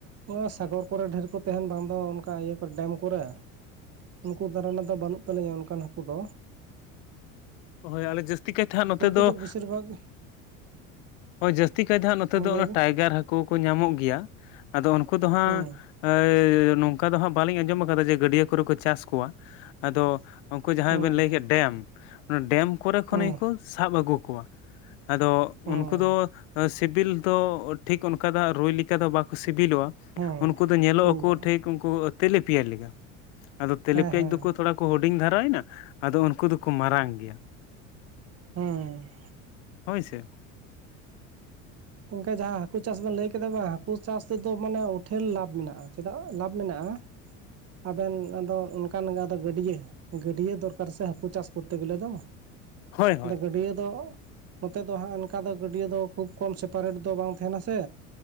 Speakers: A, on the right; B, on the left.
A: <inaudible> ᱥᱟᱜᱚᱨ ᱠᱚᱨᱮ ᱰᱷᱮᱨ ᱠᱚ ᱛᱟᱦᱮᱱ ᱵᱟᱝ ᱫᱚ ᱚᱱᱠᱟ ᱤᱭᱟᱹ ᱠᱚᱨᱮ ᱰᱮᱢ ᱠᱚᱨᱮ ᱩᱱᱠᱩ ᱫᱟᱨᱟᱱᱟ ᱫᱚ ᱵᱟᱹᱱᱩᱜ ᱛᱟᱹᱞᱤᱧᱟ ᱚᱱᱠᱟᱱ ᱦᱟᱹᱠᱩ ᱫᱚ
B: ᱦᱳᱭ ᱟᱞᱮ ᱡᱟᱹᱥᱛᱤ ᱠᱟᱭᱛᱮ ᱦᱟᱸᱜ ᱱᱚᱛᱮ
A: ᱩᱱᱠᱩ
B: ᱫᱚ
A: ᱵᱮᱥᱤᱨ ᱵᱷᱟᱜᱽ
B: ᱦᱳᱭ ᱡᱟᱹᱥᱛᱤ ᱠᱟᱭ ᱫᱚ ᱦᱟᱸᱜ ᱱᱚᱛᱮ
A: ᱢᱟ
B: ᱫᱚ
A: ᱞᱟᱹᱭ ᱵᱤᱱ
B: ᱴᱟᱭᱜᱟᱨ ᱦᱟᱹᱠᱩ ᱠᱚ ᱧᱟᱢᱚᱜ ᱜᱮᱭᱟ ᱟᱫᱚ ᱩᱱᱠᱩ ᱫᱚ ᱦᱟᱸᱜ
A: ᱦᱩᱸ
B: ᱮ ᱱᱚᱝᱠᱟ ᱫᱚ ᱦᱟᱸᱜ ᱵᱟᱹᱞᱤᱧ ᱟᱸᱡᱚᱢ ᱠᱟᱫᱟ ᱡᱮ ᱜᱟᱹᱰᱭᱟᱹ ᱠᱚᱨᱮ ᱠᱚ ᱪᱟᱥ ᱠᱚᱣᱟ ᱟᱫᱚ ᱩᱱᱠᱩ ᱡᱟᱦᱟᱸᱭ
A: ᱦᱩᱸ
B: ᱵᱤᱱ ᱞᱟᱹᱭ ᱠᱮᱫ ᱰᱮᱢ ᱚᱱᱟ ᱰᱮᱢ ᱠᱚᱨᱮ ᱠᱷᱚᱱ
A: ᱦᱩᱸ
B: ᱜᱮ ᱠᱚ ᱥᱟᱵ ᱟᱹᱜᱩ ᱠᱚᱣᱟ ᱟᱫᱚ
A: ᱦᱸ
B: <unintelligible> ᱥᱤᱵᱤᱞ ᱫᱚ ᱴᱷᱤᱠ ᱚᱱᱠᱟ ᱫ ᱨᱩᱭ ᱞᱮᱠᱟ ᱫᱚ ᱵᱟᱠᱚ ᱥᱤᱵᱤᱞᱚᱜᱼᱟ
A: ᱦᱩᱸ ᱦᱩᱸ
B: ᱩᱱᱠᱩ ᱫᱚ ᱧᱮᱞᱚᱜ
A: ᱦᱩᱸ
B: ᱟᱠᱚ ᱴᱷᱤᱠ ᱩᱱᱠᱩ ᱛᱮᱞᱮ ᱯᱮᱭᱟᱡᱽ ᱞᱮᱠᱟ ᱟᱫᱚ ᱛᱮᱞᱮ
A: ᱦᱮᱸ
B: ᱯᱮᱭᱟᱡᱽ
A: ᱦᱮᱸ
B: ᱫᱚ ᱛᱷᱚᱲᱟ ᱦᱩᱰᱤᱧ ᱫᱷᱟᱨᱟᱮᱱᱟ ᱟᱫᱚ ᱩᱱᱠᱩ ᱫᱚᱠᱚ ᱢᱟᱨᱟᱝ ᱜᱮᱭᱟ
A: ᱦᱮᱸ
B: ᱦᱳᱭ ᱥᱮ
A: ᱜᱚᱢᱠᱮ ᱡᱟᱦᱟᱸ ᱦᱟᱹᱠᱩ ᱪᱟᱥ ᱵᱮᱱ ᱞᱟᱹᱭ ᱠᱮᱫᱟ ᱵᱟᱝ ᱦᱟᱹᱠᱩ ᱪᱟᱥ ᱛᱮᱫᱚ ᱢᱟᱱᱮ ᱩᱴᱷᱟᱹᱞ ᱞᱟᱵᱷ ᱢᱮᱱᱟᱜᱼᱟ ᱪᱮᱫᱟᱜ ᱞᱟᱵᱷ ᱢᱮᱱᱟᱜᱼᱟ ᱟᱵᱮᱱ ᱟᱫᱚ ᱚᱱᱠᱟᱱ ᱟᱫᱚ ᱜᱟᱹᱰᱭᱟᱹ ᱜᱟᱹᱰᱭᱟᱹ ᱫᱚᱨᱠᱟᱨ ᱥᱮ ᱦᱟᱹᱠᱩ ᱪᱟᱥ ᱠᱚᱨᱛᱮ ᱜᱮᱞᱮ ᱫᱚ
B: ᱦᱳᱭ ᱦᱳᱭ
A: ᱟᱫᱚ ᱜᱟᱹᱰᱭᱟᱹ ᱫᱚ ᱱᱚᱛᱮ ᱫᱚ ᱦᱟᱸᱜ ᱚᱱᱠᱟ ᱫᱚ ᱜᱟᱹᱰᱭᱟᱹ ᱫᱚ ᱠᱷᱩᱵ ᱠᱚᱢ ᱥᱮ ᱚᱯᱟᱨᱮᱴ ᱫᱚ ᱵᱟᱝ ᱛᱟᱦᱮᱸᱱᱟ ᱥᱮ